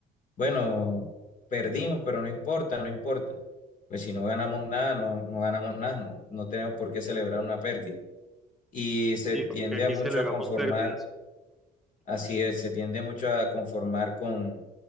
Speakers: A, on the left; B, in the centre.
A: bueno, perdimos, pero no importa, no importa. Pues si no ganamos nada, no, no ganamos nada, no, no tenemos por qué celebrar una pérdida y se
B: Sí,
A: tiende
B: porque aquí
A: a mucho
B: celebramos
A: a conformar,
B: pérdidas.
A: así es, se tiende mucho a conformar con,